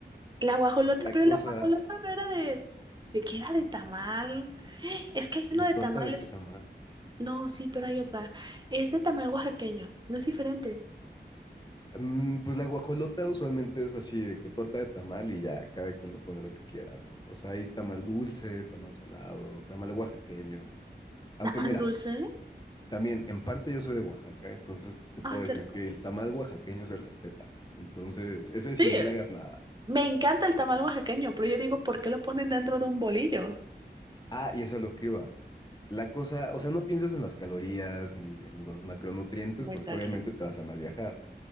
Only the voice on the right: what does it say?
la guajolota,
pero
la guajolota no era de... ¿De qué era de tamal? <gasps> Es que hay uno
de
tamales.
No, sí, pero hay otra. Es de tamal oaxaqueño, no es diferente.
¿Tamal
dulce?
Ay, qué
rico.
Sí.
Me encanta el tamal oaxaqueño, pero yo digo, ¿por qué lo ponen dentro de un bolillo?
Muy
tarde.